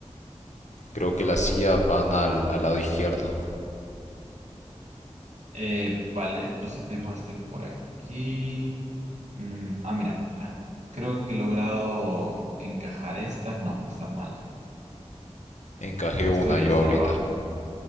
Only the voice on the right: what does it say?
Eh, vale, entonces dejo este por aquí. Mm, ah, mira, creo que he logrado encajar estas. No, está mal.
O
esto debería
estar
abajo.